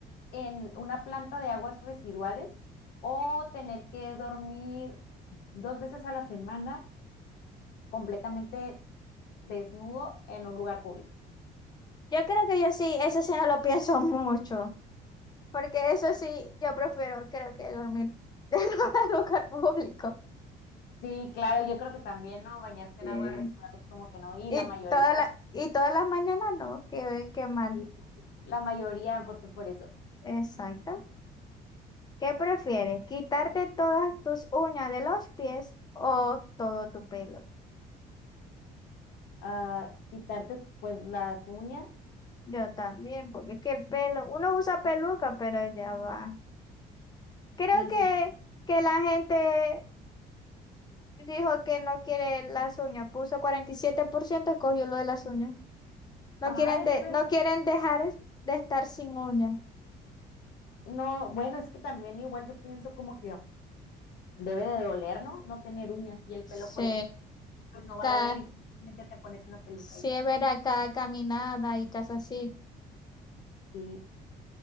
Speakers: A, on the left (about 75°); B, on the left (about 25°).
A: en una planta de aguas residuales o tener que dormir dos veces a la semana completamente desnudo en un lugar público?
B: Yo creo que yo sí, eso sí no lo pienso <laughs> mucho, porque eso sí, yo prefiero, creo que dormir <laughs> en un lugar público.
A: Sí, claro, yo creo que también, ¿no? Bañarte
B: Sí.
A: en aguas residuales como que no, y
B: Y
A: la mayoría
B: todas las y todas las mañanas no, qué, qué mal.
A: Sí, sí, sí. La mayoría votó por eso.
B: Exacto. ¿Qué prefieres? ¿Quitarte todas tus uñas de los pies o todo tu pelo?
A: Ah, quitarte pues las uñas.
B: Yo también, porque es que el pelo, uno usa peluca, pero ya va. Creo
A: Sí,
B: que,
A: sí, sí.
B: que la gente dijo que no quiere las uñas, puso 47% escogió lo de las uñas. No
A: Ay,
B: quieren, de,
A: pero
B: no quieren dejar de estar sin uñas.
A: no, bueno, es que también igual yo pienso como que debe de doler, ¿no? No tener uñas y el
B: Sí,
A: pelo pues, pues no va
B: cada,
A: a doler y simplemente te pones una peluca
B: sí
A: y ya.
B: es verdad, cada caminada y cosas así.
A: Sí,